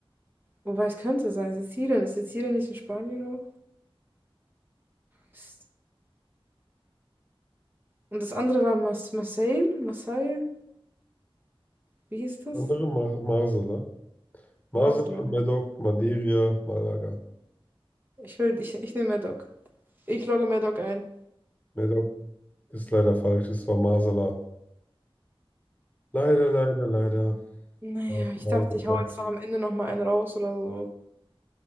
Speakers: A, on the right; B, on the left.
A: Wobei es könnte sein, Sizilien. Ist Sizilien nicht in Spanien auch? Mist. Und das andere war Mas Marseille? Marseille? Wie hieß das?
B: Andere Mar Marsala. Marsala,
A: Masula.
B: Medoc, Madeira, Malaga.
A: Ich will, ich, ich nehme Medoc. Ich logge Medoc ein.
B: Medoc ist leider falsch, es war Marsala. Leider, leider, leider.
A: Naja,
B: war es
A: ich
B: war
A: dachte,
B: Marsala.
A: ich hau jetzt noch am Ende noch mal einen raus oder so.